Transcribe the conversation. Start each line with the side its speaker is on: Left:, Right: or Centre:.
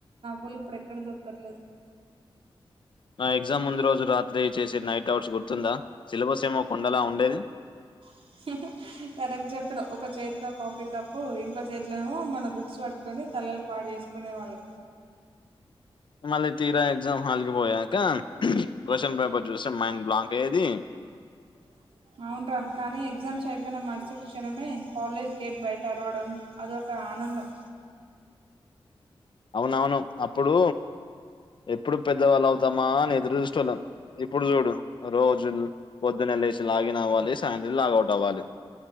Right: బులు ఇప్పుడెక్కడ దొరకట్లేదు
Left: నా ఎగ్జామ్ ముందు రోజు రాత్రి చేసే నైట్ అవుట్స్ గుర్తుందా సిలబస్ ఏమో కొండలా ఉండేది
Right: <inaudible> కరెక్ట్ చెప్పినవ్ ఒక చేతిలో కాఫీ కప్పు ఇంకో చేతిలో ఏమో మన బుక్స్ పట్టుకుని తల్లలు పాడేసుకునేవాళ్ళు
Left: మళ్ళీ తీరా ఎగ్జామ్ హాల్కిపోయాక క్వశ్చన్ పేపర్ చూస్తే మైండ్ బ్లాక్ అయ్యేది
Right: <inaudible> అవున రా కానీ ఎగ్జామ్స్ అయిపోయిన మరుసడు క్షణమే కాలేజ్ గేట్ బయట అరవడం అదొక ఒక ఆనందం
Left: అవునవును అప్పుడు ఎప్పుడు పెద్దవాళ్ళు అవుతామా అని ఎదురు చూసుళ్ళం ఇప్పుడు చూడు రోజులు పొద్దున్నె లేేసి లాగిన్ అవ్వాలి సాయంత్రం లాగవుట్ అవ్వాలి